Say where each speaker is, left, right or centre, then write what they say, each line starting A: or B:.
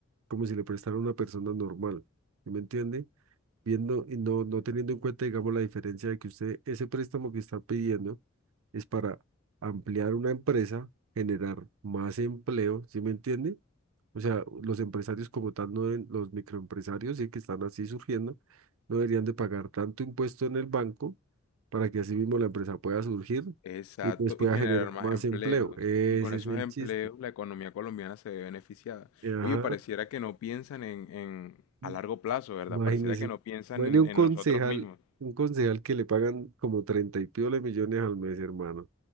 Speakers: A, on the right; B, on the left.
A: como si le prestara a una persona normal, ¿sí me entiende? Viendo y no, no teniendo en cuenta, digamos, la diferencia de que usted, ese préstamo que está pidiendo es para ampliar una empresa, generar más empleo, ¿sí me entiende? O sea, los empresarios como tal, no deben- los microempresarios, sí que están así surgiendo, no deberían de pagar tanto impuesto en el banco para que así mismo la empresa pueda surgir
B: Exacto,
A: y pues pueda
B: y generar
A: generar
B: más
A: más
B: empleos.
A: empleo. Ese
B: Y con esos
A: es el
B: empleos
A: chiste.
B: la economía colombiana se ve beneficiada.
A: Ajá,
B: Oye, pareciera que no piensan en, en-
A: mm,
B: a largo plazo, ¿verdad?
A: imagínese.
B: Pareciera que no piensan
A: Bueno,
B: en,
A: un
B: en
A: concejal,
B: nosotros mismos.
A: un concejal que le pagan como 30 y piola millones al mes, hermano.